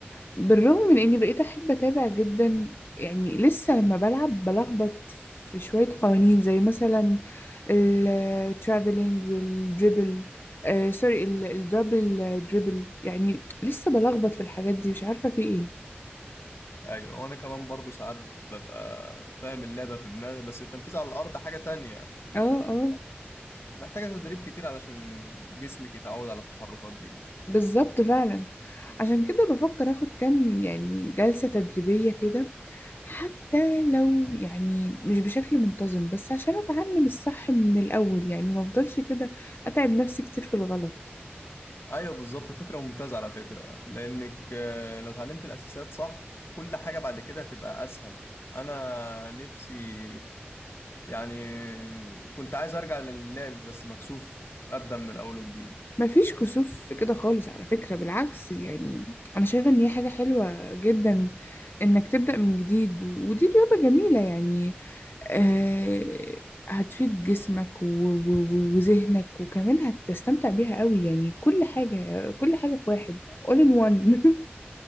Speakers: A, on the left (about 60°); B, on the left (about 80°).
A: بالرغم من اني بقيت احب اتابع جدا يعني لسه لما بلعب بلخبط في شوية قوانين زي مثلا الترافلينج والدريبل آه سوري الدبل دريبل يعني لسه بلخبط في الحاجات دي مش عارفة في ايه
B: ايوه وانا كمان برضو ساعات ببقى فاهم اللعبة في دماغي بس التنفيذ على الارض حاجة تانية
A: اه اه
B: محتاجة تدريب كتير علشان جسمك يتعود على التحركات دي
A: بالظبط فعلا عشان كده بفكر اخد كام يعني جلسة تدريبية كده حتى لو يعني مش بشكل منتظم بس عشان اتعلم الصح من الاول يعني ما افضلش كده اتعب نفسي كتير في الغلط
B: ايوه بالظبط فكرة ممتازة على فكرة لانك آه، لو اتعلمت الاساسات صح كل حاجة بعد كده هتبقى اسهل انا نفسي يعني كنت عايز ارجع للعب بس مكسوف ابدا من الاول وجديد
A: مفيش كسوف في كده خالص على فكرة بالعكس يعني أنا شايفة إن هي حاجة حلوة جدا إنك تبدأ من جديد ودي رياضة جميلة يعني آه هتفيد جسمك و- و- و- وذهنك وكمان هتستمتع بيها قوي يعني كل حاجة كل حاجة في واحد all in one <laughs>